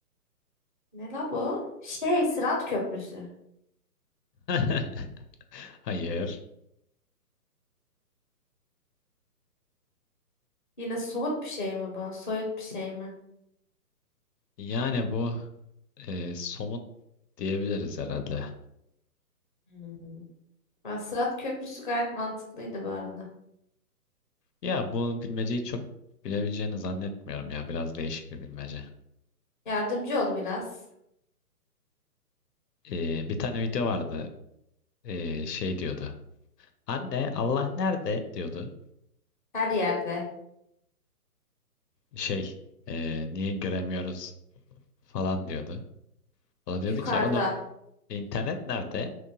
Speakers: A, on the left; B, on the left.
A: Ne la bu? Şey, Sırat Köprüsü.
B: <laughs> Hayır.
A: Yine somut bir şey mi bu? Soyut bir şey mi?
B: Yani bu e, somut diyebiliriz herhalde.
A: Hmm. Aa, Sırat Köprüsü gayet mantıklıydı bu arada.
B: Ya bu bilmeceyi çok bilebileceğini zannetmiyorum ya. Biraz değişik bir bilmece.
A: Yardımcı ol biraz.
B: E, bir tane video vardı. E, şey diyordu. Anne Allah nerede diyordu.
A: Her yerde.
B: Şey e, niye göremiyoruz falan diyordu. O da
A: Yukarıda.
B: diyordu ki oğlum internet nerede?